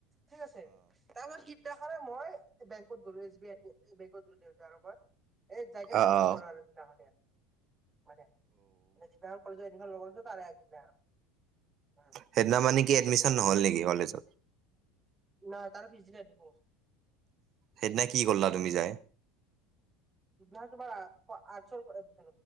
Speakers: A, on the right (about 25°); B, on the right (about 45°).
A: ঠিক আছে। তাৰপিছত সিদিনাখনেই মই বেংকত গ'লো এছ বি আই বেংকত গ'লো দেউতা আৰু মই। এই জাইকেনে
B: অ অ অ
A: বনালো সেইদিনাখনেই। মানো যোনদিয়াখন কলেজত এডমিশন ল'ব গৈছো তাৰে আগদিনা আৰু উম।
B: সেইদিনা মানে কি এডমিচন নহ'ল নেকি কলেজত?
A: নাই তাৰ পিছ দিনা এডমিশ্যন হৈছে।
B: সেইদিনা কি কৰিলা তুমি যাই?
A: সিদিনাখন তোমাৰ আৰ্টছৰ <unintelligible>